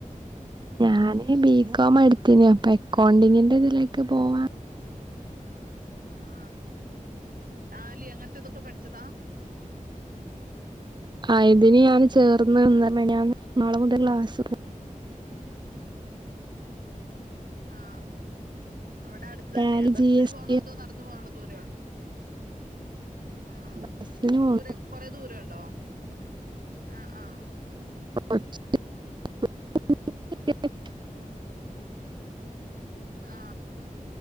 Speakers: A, on the right; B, on the right.
A: ഞാന് ബീ കോം മാ ഇടത്തീന്യേ അപ്പൊ അക്കൗണ്ടിങ്ങിന്റെ ഇതിലേക്ക് പോവാ
B: ആ ടാലി അങ്ങൻത്തെ തൊ ക്കെ പഠിച്ചതാ
A: ആ ഇതിന് ഞാന് ചേർന്ന് ഇന്ന് മിനിയാന്ന് നാളെ മുതൽ ക്ലാസ് തുടങ്ങും
B: ആ അവിടെ അടുത്ത്
A: ടാലി
B: തന്നെയാ ബസ്സിന്
A: ജി എസ്
B: പോണോ
A: ടി
B: അതോ നടന്നു പോകാനുള്ള ദൂ രൊ ആ
A: ക്ലാസ്സിന് പോണം
B: ദൂരെ കൊറെ ദൂരം ഇൻണ്ടോ ആ ആ
A: <unintelligible> <inaudible> <unintelligible> <inaudible> <unintelligible>
B: ആ